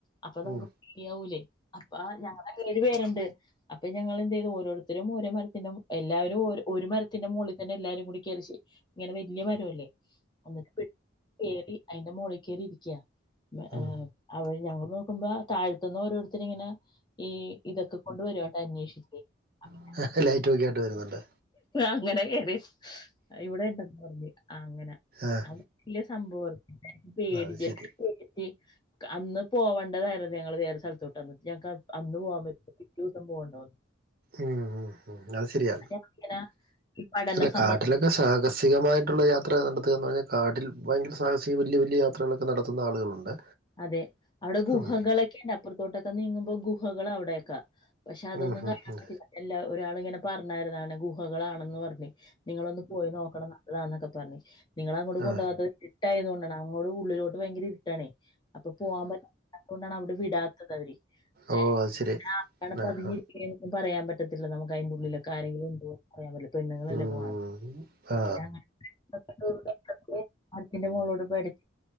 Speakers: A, on the left (about 20°); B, on the right (about 45°).
A: അപ്പൊ നമുക്ക്
B: ഉം
A: പേടിയാവൂലേ അപ്പ ഞങ്ങള <unintelligible> പേരണ്ട് അപ്പൊ ഞങ്ങൾ എന്തെയ്തു ഓരോരുത്തരും ഓരോ മരത്തിന്റെ എല്ലാവരും ഓരൊ ഒരു മരത്തിന്റെ മോളിൽ തന്നെ എല്ലാരും കൂടി കേറി <unintelligible> ഇങ്ങനെ വല്ല്യ മരൊല്ലേ എന്നിട്ട് കറി അയിന്റെ മോളിൽ കേറി ഇരിക്ക്യാ <unintelligible>
B: ഉം
A: അവ ഞങ്ങൾ നോക്കുമ്പോ താഴ്ത്ത്ന്ന് ഓരോരുത്തര്ങ്ങനെ ഏ ഇതൊക്കെ കൊണ്ടുവരോട്ടെ അന്വേഷി <unintelligible>
B: <unintelligible> ലൈറ്റ് വോക്കിയായിട്ട് വരുന്നുണ്ട്
A: അങ്ങനെ കെയറി ഇവിടെ ഇണ്ടെന്ന് പറഞ്ഞ് ആ അങ്ങനെ
B: ആഹ്
A: അത് വല്ല്യ സംഭവ <unintelligible> പേടി
B: അത്
A: <unintelligible>
B: ശരി
A: <unintelligible> അന്ന് പോവണ്ടതായിരുന്നു ഞങ്ങള് വേറെ സ്ഥലത്തോട്ട്. എന്നിട്ട് ഞങ്ങക്ക് അ അന്ന് പോവാൻ പ <unintelligible> പിറ്റേസം പോവണ്ടോന്ന്.
B: ആഹ് ആഹ് ഉ അത് ശരിയാ
A: ഞങ്ങളിങ്ങനെ ഈ പഠന
B: അല്ല
A: സമ്പ
B: കാട്ടിലൊക്കെ സാഹസികമായിട്ടുള്ളൊ യാ <unintelligible> പറഞ്ഞാൽ കാട്ടിൽ ഭയങ്കര സാഹസിക വലിയ വലിയ യാത്രകളൊക്കെ നടത്തുന്ന ആളുകളുണ്ട്.
A: അതെ അവിടെ ഗുഹകളക്കെയണ്ട്
B: ഉം
A: അപ്പുറത്തോട്ടൊക്കെ നീങ്ങുമ്പോ ഗുഹകൾ അവിടെയൊക്കെ? പക്ഷെ അതൊന്നും
B: ഉം
A: കാണാൻ
B: ഉം ഉം
A: പറ്റില്ല എല്ല ഒരാള് ഇങ്ങനെ പറഞ്ഞായ്രുന് ഗുഹകളാണെന്ന് പറഞ്ഞ്. നിങ്ങളൊന്ന് പോയി നോക്കണം. നല്ലതാന്നൊക്കെ പറഞ്ഞഞ് നിങ്ങളെ അങ്ങോട്ട്
B: ആ
A: കൊണ്ടോവാതെ ഇരുട്ടായതു കൊണ്ടാണ് അങ്ങോട് ഉള്ളിലോട്ട് ഭയങ്കര ഇരുട്ടാണേ അപ്പൊ പോവാൻ പറ്റാതൊണ്ടാണ് അവ്ടെ വിടാത്തത് അവര്
B: ഓ
A: ഏ
B: അത് ശരി
A: ആ
B: ആ
A: പതിഞ്ഞി
B: ആ
A: ഇരിക്ക എ പറയാൻ പറ്റത്തില്ല നമക്ക് അയിന്റെ ഉള്ളിലൊക്കെ ആരെങ്കിലും ഉണ്ടോ <unintelligible> ല്ല പെണ്ണുങ്ങളല്ലേ
B: ഉം
A: പോണത്
B: ആ
A: അപ്പൊ ഞാ <unintelligible> <unintelligible>